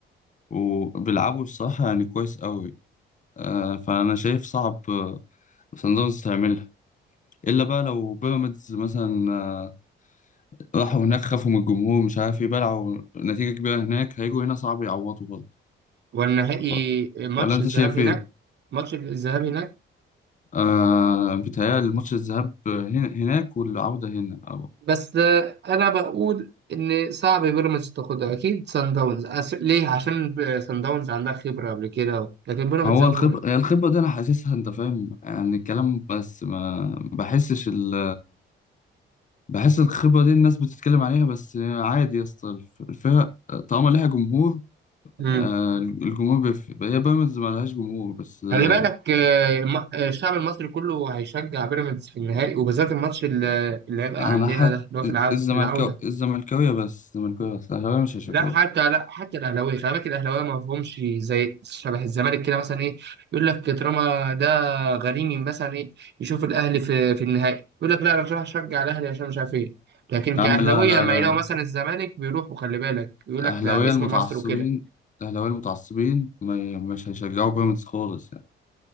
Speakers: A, on the left; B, on the right.
A: وبيلعبوا الصراحة يعني كويس قوي آه، فأنا شايف صعب آه، صن داونز تعملها إلا بقى لو بيراميدز مثلا آه، راحوا هناك خافوا من الجمهور مش عارف إيه بلعوا نتيجة كبيرة هناك هيجوا هنا صعب يعوضوا
B: والنهائي
A: برضه
B: ماتش
A: ولا أنت
B: الذهاب
A: شايف
B: هناك
A: إيه؟
B: ماتش الذهاب هناك
A: آه بيتهيألي الماتش الذهاب آه، هنا- هناك والعودة هنا أو
B: بس آه، أنا بقول إن صعب بيراميدز تاخدها أكيد سان داونز أس... ليه؟ عشان ب- سان داونز عندها خبرة قبل كده لكن بيراميدز
A: هو
B: أول
A: الخبرة
B: مرة
A: هي الخبرة دي أنا حاسسها أنت فاهم يعني الكلام بس ما بحسش ال بحس الخبرة دي الناس بتتكلم عليها بس عادي يا اسطى الف- الفرق طالما ليها جمهور
B: مم.
A: آه، الجمهور بيفرق هي بيراميدز ما لهاش جمهور بس آه،
B: خلي بالك آه، الم- آه، الشعب المصري كله هيشجع بيراميدز في النهائي وبالذات الماتش اللي اللي هيبقى
A: أنا
B: عندنا
A: حق
B: ده اللي هو في
A: الزملكاوية
B: العودة
A: الزملكاوية بس الزملكاوية بس الأهلاوية مش هشجعه
B: لا حتى لا حتى الاهلاويه خلي بالك الاهلاويه ما فيهمش زي شبه الزمالك كده مثلا ايه يقول لك طالما ده غريمي مثلا ايه يشوف الاهلي في في النهائي يقول لك لا انا مش راح اشجع الاهلي عشان مش عارف ايه لكن
A: يا
B: كاهلاويه
A: عم لا لا
B: لما
A: لا
B: يلاقوا مثلا الزمالك بيروحوا خلي بالك يقول
A: الأهلاوية
B: لك لا باسم
A: المتعصبين
B: مصر وكده
A: الأهلاوية المتعصبين ما- مش هيشجعوا بيراميدز خالص يعني